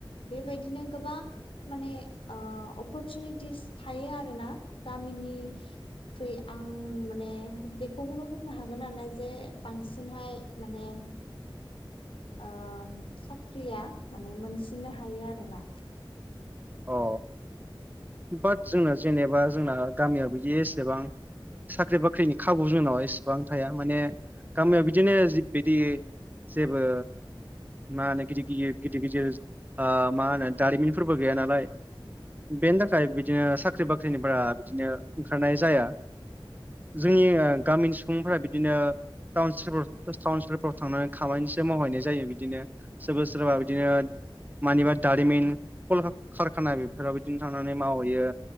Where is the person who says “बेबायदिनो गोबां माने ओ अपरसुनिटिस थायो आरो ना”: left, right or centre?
Left